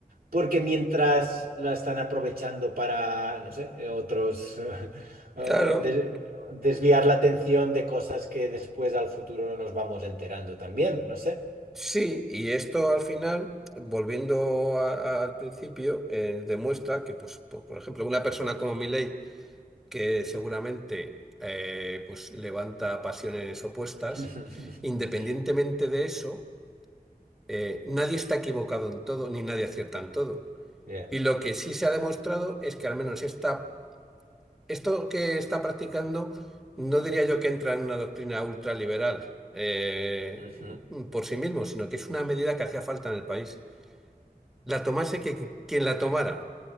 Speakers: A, on the right (about 80°); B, in the centre.
A: porque mientras la están aprovechando para, no sé, eh, otros, <laughs> eh, o
B: Claro.
A: de- desviar la atención de cosas que después al futuro no nos vamos enterando también, no sé.
B: Sí, y esto al final, volviendo a- al principio, eh, demuestra que, pues, po- por ejemplo, una persona como Milei, que seguramente eh, pues, levanta pasiones opuestas,
A: <laughs>
B: independientemente de eso, eh, nadie está equivocado en todo, ni nadie acierta en todo.
A: Yeah.
B: Y lo que sí se ha demostrado es que al menos esta, esto que está practicando, no diría yo que entra en una doctrina ultraliberal. eh,
A: Ujú.
B: por sí mismo, sino que es una medida que hacía falta en el país. La tomase que, que- quien la tomara.